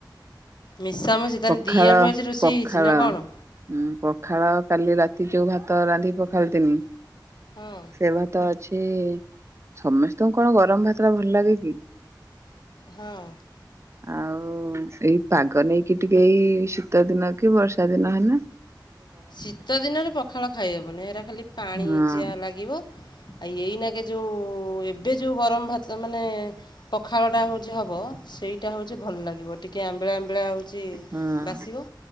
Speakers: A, on the left; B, on the right.
A: ମିଶାମିଶି ତାହେଲେ
B: ପଖାଳ
A: ଦି ଆଡୁ ଆଜି ରୋଷେଇ
B: ପଖାଳ।
A: ହେଇଛି ନା କଣ?
B: ଉଁ ପଖାଳ କାଲି ରାତି ଯୋଉ ଭାତ ରାନ୍ଧି ପଖାଳ ଥିନି
A: ହଁ
B: ସେ ଭାତ ଛି ସମସ୍ତଙ୍କୁ କଣ ଗରମ ଭାତଟା ଭଲ ଲାଗେ କି
A: ହଁ
B: ଆଉ ସେଇ ପାଗ ନେଇକି କି ଟିକେ ଏଇ ଶୀତ ଦିନ କି ବର୍ଷା ଦିନ ହେଲା
A: ଶୀତ ଦିନରେ ପଖାଳ ଖାଇହବନି ସେଟା ଖାଲି ପାଣିଚିଆ
B: ହଁ
A: ଲାଗିବ ଆଉ ଏଇନାକେ ଯେଉଁ ଏବେ ଯେଉଁ ଗରମ ଭାତ ମାନେ ପଖାଳ ଟା ହୋଉଚି ହବ ସେଇଟା ହୋଉଚି ଭଲ ଲାଗିବ ଟିକେ ଆମ୍ବିଳା ଆ ମ୍ବିଳା ହେଉଚି
B: ହଁ
A: ବାଶିବ